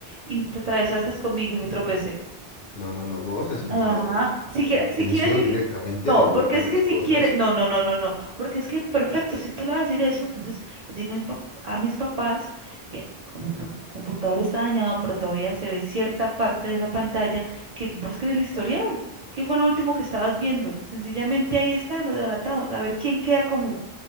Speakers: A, on the right (about 45°); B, on the left (about 70°).
A: y te atravesaste conmigo y me tropecé.
B: No, no, no, vos has entrado
A: Ajá,
B: con,
A: si
B: con
A: quieres,
B: intención
A: si quieres, si qui-
B: directamente
A: no,
B: de golpear
A: porque es
B: las
A: que si
B: cosas.
A: quieres, no, no, no, no, no, porque es que perfecto, si tú le vas a decir eso, entonces le digo a, mi pap- a mis papás que como tu computador está dañado, pero todavía se ve cierta parte de la pantalla, que busquen el historial, qué fue lo último que estabas viendo, sencillamente ahí está, lo delatamos, a ver quién queda como